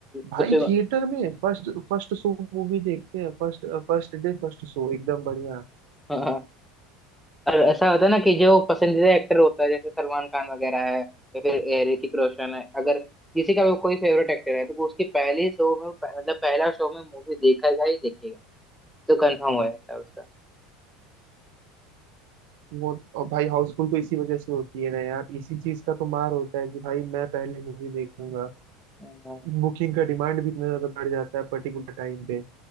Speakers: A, on the right (about 75°); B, in the centre.
A: भाई
B: कुछ
A: थिएटर में फर्स्ट फर्स्ट शो मूवी देखते हैं first first day first show एकदम बढ़िया
B: हाँ, और ऐसा होता है ना कि जो पसंदीदा एक्टर होता है जैसे सलमान खान वगैरह है या फिर ए, ऋतिक रोशन है अगर किसी का भी कोई फेवरेट एक्टर है तो वो उसकी पहली शो में मतलब पहला शो में मूवी देखेगा ही देखेगा तो कंफर्म हो जाता है उसका
A: वो और भाई हाउसफुल तो इसी वजह से होती है ना यार इसी चीज का तो मार होता है कि भाई मैं पहले मूवी देखूंगा
B: हाँ,
A: बुकिंग का डिमांड भी इतना ज्यादा बढ़ जाता है पर्टिकुलर टाइम पे